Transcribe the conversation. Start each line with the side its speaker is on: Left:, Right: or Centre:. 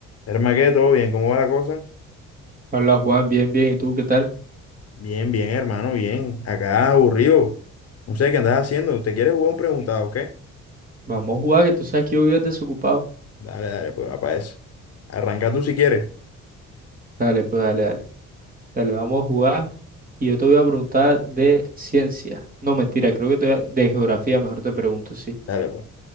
Left: Hermano, ¿qué? ¿Todo bien? ¿Cómo va la cosa?
Right: Hola Juan, bien, bien. ¿Y tú qué tal?
Left: Bien, bien, hermano, bien. Acá aburrido. No sé qué andas haciendo. ¿Te quieres jugar un preguntado, o qué?
Right: Vamos a jugar, que tú sabes que yo vivo desocupado.
Left: Dale, dale, pues, va para eso. Arranca tú si quieres.
Right: Dale, pues dale, dale. Dale, vamos a jugar. Y yo te voy a preguntar de ciencia. No, mentira, creo que te voy a- de geografía, mejor te pregunto, sí.
Left: Dale, pues.